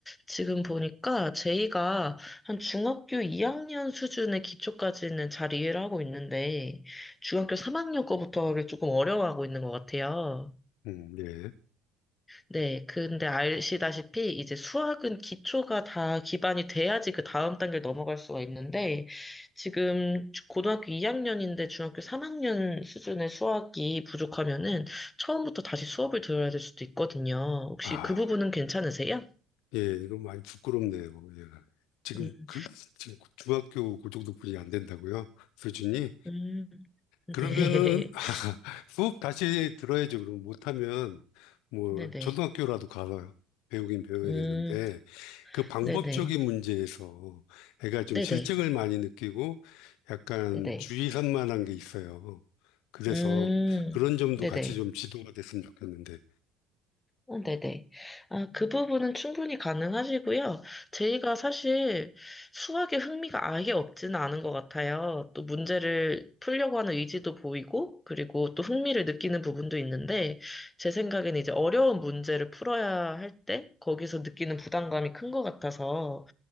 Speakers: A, on the left; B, on the left.
A: 지금 보니까 제이가 한 중학교 2학년 수준의 기초까지는 잘 이해를 하고 있는데, 중학교 3학년 거부터 가 조금 어려워하고 있는 것 같아요.
B: 음, 예.
A: 네, 근데 아시다시피 이제 수학은 기초가 다 기반이 돼야지 그 다음 단계를 넘어갈 수가 있는데, 지금 주- 고등학교 2학년인데 중학교 3학년 수준의 수학이 부족하면은 처음부터 다시 수업을 들어야 될 수도 있거든요. 혹시
B: 아.
A: 그 부분은 괜찮으세요?
B: 예, 이건 많이 부끄럽네요. 예. 지금
A: 음.
B: 그 지금 중학교 그 정도뿐이 안 된다고요? 수준이?
A: 음,
B: 그러면은
A: 네. <laughs>
B: 수업 다시 들어야죠. 그럼 못하면 뭐
A: 네네.
B: 초등학교라도 가서 배우긴 배워야
A: 음,
B: 되는데 그 방법적인
A: 네네.
B: 문제에서 애가 좀
A: 네네.
B: 실증을 많이 느끼고 약간
A: 네네.
B: 주의 산만한 게 있어요. 그래서
A: 음,
B: 그런 점도
A: 네네.
B: 같이 좀 지도가 됐으면 좋겠는데.
A: 어, 네네. 아, 그 부분은 충분히 가능하시고요. 제이가 사실 수학에 흥미가 아예 없지는 않은 것 같아요. 또 문제를 풀려고 하는 의지도 보이고, 그리고 또 흥미를 느끼는 부분도 있는데, 제 생각는 이제 어려운 문제를 풀어야 할 때, 거기서 느끼는 부담감이 큰 것 같아서,